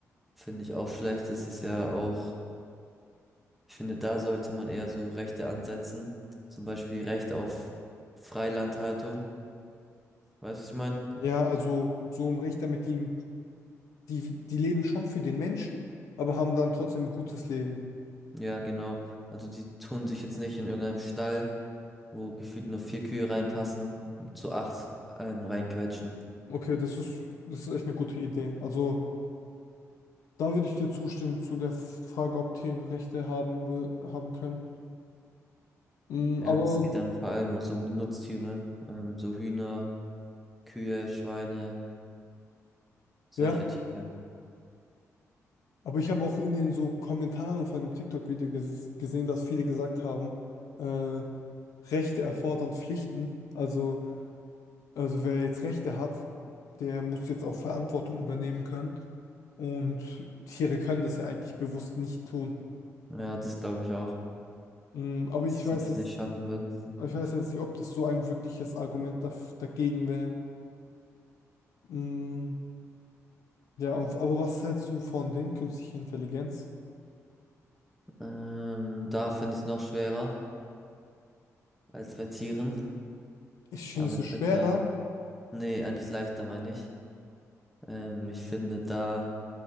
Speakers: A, in the centre; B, on the left.
A: finde ich auch schlecht. Es ist ja auch, ich finde, da sollte man eher so Rechte ansetzen. Zum Beispiel Recht auf Freilandhaltung. Weißt du, was ich meine?
B: Ja, also so ein Rechter mit ihnen, die, die leben schon für den Menschen, aber haben dann trotzdem ein gutes Leben.
A: Ja, genau. Also die tun sich jetzt nicht in irgendeinem Stall, wo gefühlt nur vier Kühe reinpassen, zu acht ähm, reinquetschen.
B: Okay, das ist, das ist echt eine gute Idee. Also da würde ich dir zustimmen zu der Frage, ob Tiere Rechte haben, wir- haben können. Mm,
A: Ja,
B: aber
A: es geht dann vor allem so um die Nutztiere, ähm, so Hühner, Kühe, Schweine, solche
B: ja.
A: Tiere.
B: Aber ich habe auch in den so Kommentaren von dem TikTok-Video ges gesehen, dass viele gesagt haben, äh, Rechte erfordern Pflichten. Also, also wer jetzt Rechte hat, der muss jetzt auch Verantwortung übernehmen können. Und Tiere können das ja eigentlich bewusst nicht tun.
A: Ja, das glaube ich auch,
B: Mm, aber
A: dass
B: ich weiß
A: sie das
B: jetzt,
A: nicht schaffen würden.
B: ich weiß jetzt nicht, ob das so ein wirkliches Argument daf dagegen wäre. Mm, ja, und, aber was hältst du von den künstlicher Intelligenz?
A: Ähm, da finde ich es noch schwerer als bei Tieren,
B: Ich finde
A: aber
B: es so
A: ich
B: schwerer.
A: bin da, nee, eigentlich leichter meine ich. Ähm, ich finde, da